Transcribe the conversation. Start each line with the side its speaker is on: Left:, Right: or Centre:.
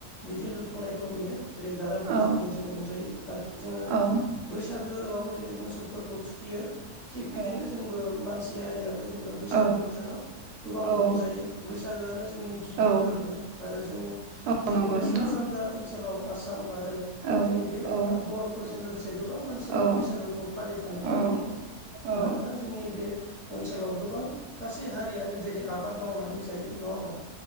Left: बिदि लुफुंनायखौ नुयो। जेरै गारा गोमजायो
Right: औ
Left: जों रंजायो आरो जोङो
Right: औ
Left: बैसागोआव जेरै मोसौ। फोरखौ थुखियो थिग
Right: औ
Left: बिदिनो जोंबो मानसि हारियाबो जेनेबा बैसागो
Right: औ
Left: बोथोराव गोबां
Right: औ
Left: रंजायो बैसागोआनो जोंनि गिबि
Right: औ
Left: फोरबो आरो जोंनि।
Right: औ
Left: जोंनि
Right: नंगौ
Left: बे
Right: नोंथां
Left: सा-सानजा ओनसोलाव आसाम आरो
Right: औ
Left: जोंनि बे
Right: औ
Left: ओ बर'फोरजों लोगोसे गोबां मानसियाबो
Right: औ
Left: बैसागुखौ फालिफानायखौ
Right: औ
Left: नुयो
Right: औ
Left: मानोना जोंनि बे ओनसोलाव गोबां गासै हारियानो जेरै आबाद मावनानै जायो नङा होमबा